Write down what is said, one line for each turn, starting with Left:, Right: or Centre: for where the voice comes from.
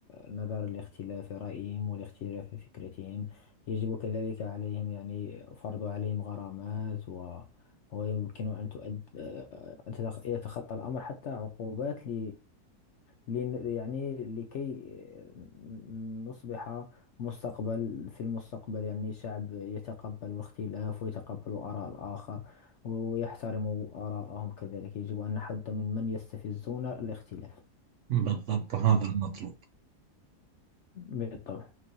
Left: نظرا لاختلاف رأيهم والاختلاف في فكرتهم يجب كذلك عليهم يعني فرض عليهم غرامات و ويمكن أن تؤد آه، أن تتخ- يتخطى الأمر حتى عقوبات ل... ل... يعني لكي آه، نصبح مستقبل في المستقبل يعني شعب يتقبل الاختلاف ويتقبل آراء الآخر ويحترم آراءهم كذلك يجب أن نحد من من يستفزون الاختلاف
Right: بالضبط هذا المطلوب
Left: بالطبع